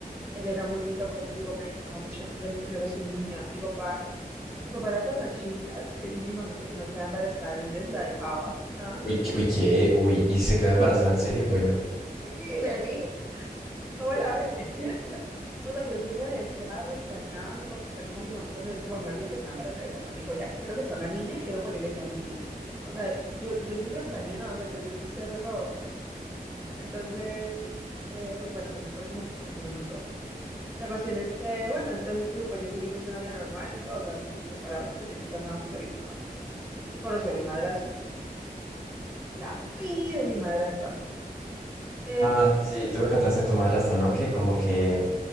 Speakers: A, in the centre; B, on the left.
A: él era muy lindo conmigo, me dedicaba mucho tiempo, yo era su niña. Mi papá, mi papá era tan machista que le dijo a mi mamá que si no quedaba embarazada en un mes la dejaba. <laughs>
B: Uy, ¿qué- uy, ¿qué? Uy, ¿y se quedó
A: Ah,
B: embarazada
A: pues
B: en serio?
A: sí.
B: Uy, no.
A: Sí, de mí. ¿Cómo la ves? <laughs> O sea, yo sí redeseada, replaneada. Mi papá le dijo, mi mamá, cuando mi mamá le dijo que estaba embarazada, mi papá le dijo, ya, quiero que sea una niña y quiero ponerle Janine. O sea, yo, yo soy replaneada, o sea, yo, yo sí sé error. Entonces, eh, pues bueno, también por eso me afecta como un montón. La cuestión es que, bueno, entonces mi papá y yo seguimos una vida normal y todo, o sea, como que separados, pero yo siempre amaba mucho a mi papá. Y conocí a mi madrastra, la pi de mi madrastra. Eh,
B: Ah, sí, tú me contaste de tu madrastra, ¿no? Que como que